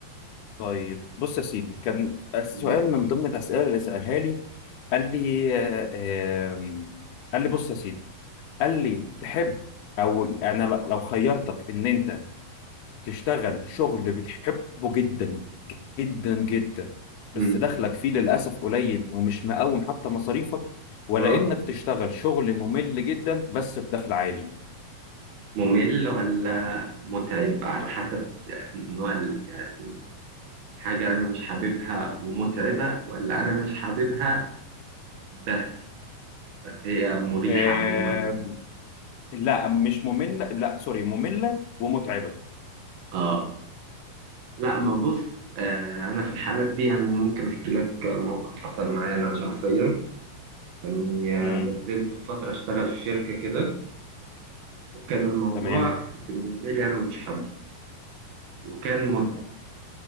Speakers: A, on the left; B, on the right.
A: طيب بص يا سيدي كان سؤال
B: مم.
A: من ضمن الاسئله اللي سالها لي قال لي آه، آم، قال لي بص يا سيدي قال لي تحب او انا ل- لو خيرتك ان انت تشتغل شغل بتحبه جدا جدا جدا
B: مم.
A: بس دخلك فيه للاسف قليل ومش مقوم حتى مصاريفك ولا
B: اه
A: انك تشتغل شغل ممل جدا بس بدخل عالي
B: ممل ولا متعب على حسب نوع ال- يعني حاجة انا مش حاببها ومتعبة ولا انا مش حاببها بس بس هي مريحة
A: آم،
B: عموما
A: لا مش ممل لا سوري مملة ومتعبة
B: اه لا ما بص آه انا في الحالات دي يعني ممكن احكي لك موقف حصل معايا انا شخصيا يعني آه،
A: امم
B: نزلت في فترة أشتغل في شركة كده وكان الموضوع
A: تمام
B: بالنسبة لي أنا مش حابه وكان متعب